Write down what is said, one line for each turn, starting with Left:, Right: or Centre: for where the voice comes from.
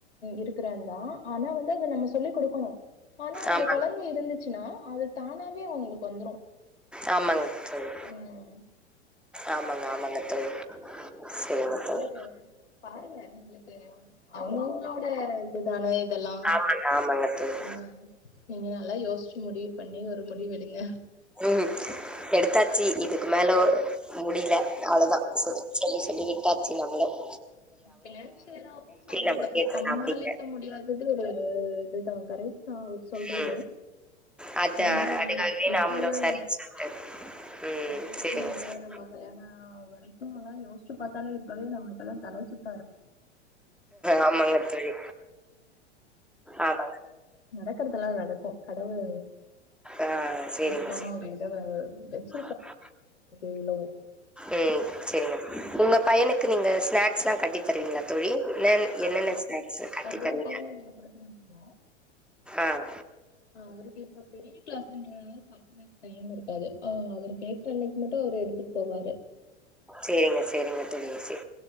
Left: இருக்கிறான் தா ஆனா வந்து அத நம்ம சொல்லி குடுக்கணு ஆனா அந்த
Centre: ஆமாங்க
Left: கொழந்த இருந்துச்சுன்னா அது தானாவே அவுங்களுக்கு வந்துரு
Centre: ஆமாங்க தோழி
Left: உம்
Centre: ஆமாங்க ஆமாங்க தோழி சரிங்க
Left: அதனால
Centre: தோழி
Left: பாருங்க உங்களுக்கு அவங்க அவங்கலோட இது தானே இதெல்லா
Centre: ஆமாங்க ஆமாங்க தோழி
Left: ஆஹ் நீங்க நல்லா யோசிச்சு முடியு பண்ணி ஒரு முடிவு எடுங்க
Centre: உம் எடுத்தாச்சு இதுக்கு மேல ஓ முடியில அவ்வளதா சொல்லி சொல்லி பாத்துசைலல <unintelligible>
Left: பேசினவு ச
Centre: நம்ம கேட்கலாம்
Left: சமாளிக்க
Centre: அப்படிங்க
Left: முடியாதது ஒரு அதுதான் கரை ஆஹ் சொல்றது
Centre: ம் அது
Left: ஏன்னா
Centre: அதுக்காகவே
Left: இப்ப
Centre: நாமளும்
Left: உள்ள
Centre: சரின்னு சொல்ட்டது. ம்.
Left: ப்பவும்
Centre: சரிங்க
Left: தான் இதுல
Centre: சார்.
Left: நம்ப கல்யாண வரைகும்ல்லாம் யோசிச்சு பாத்தலே அவே நமக்கல்லாம் தலை சுத்தி
Centre: ஆமாங்க தோழி ஆமாங்க
Left: நடக்கறதெல்லாம் நடக்கு கடவுள்
Centre: ஆ சரிங்க
Left: அதுக்கான
Centre: சார்.
Left: ஒரு இதவ வெச்
Centre: <unintelligible>
Left: இலோ
Centre: உம் சேரிங்க உங்க பையனுக்கு நீங்க ஸ்நாக்ஸ்ல கட்டி தருவிங்களா தோழி என்ன
Left: ஆ
Centre: என்னென்ன ஸ்நாக்ஸ் கட்டி
Left: ஒவ்வொரு
Centre: தரிங்க
Left: டைம் குடுத்து அனுப்புவோ
Centre: ஆஹ்
Left: ஆஹ் அவரு இப்பா பெரிய கிளாஸ்ன்றதனல சாப்படுறக்கு டைம் இருக்கா ஆஹ் அவர் கேக்குற அன்னைக்கு மட்டும் அவரு எடுத்துட்டு போவாரு
Centre: சரிங்க, சரிங்க தோழி. சரி.